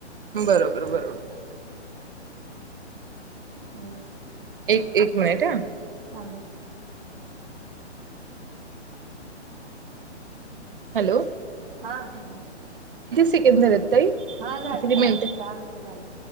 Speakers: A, on the right (about 50°); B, on the right (about 35°).
A: बरोबर बरोबर
B: हम्
A: एक एक मिनिट ह
B: हा
A: हॅलो
B: हा बोला
A: सेकंद झालेत <inaudible>
B: हा झाले
A: किती
B: दहा
A: मिनिटे
B: दहा मिनटे झाले